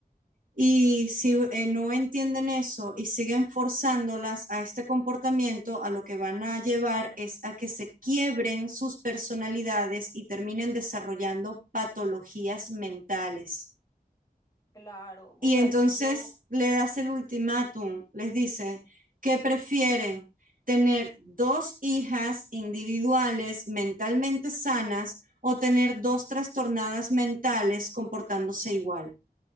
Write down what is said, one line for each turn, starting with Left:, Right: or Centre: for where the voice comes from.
Right: Y si eh, no entienden eso y siguen forzándolas a este comportamiento, a lo que van a llevar es a que se quiebren sus personalidades y terminen desarrollando patologías mentales.
Left: Claro, vos
Right: Y
Left: sabés
Right: entonces
Left: que yo,
Right: le das el ultimátum, les dice, ¿qué prefieren? ¿Tener dos hijas individuales mentalmente sanas o tener dos trastornadas mentales comportándose igual?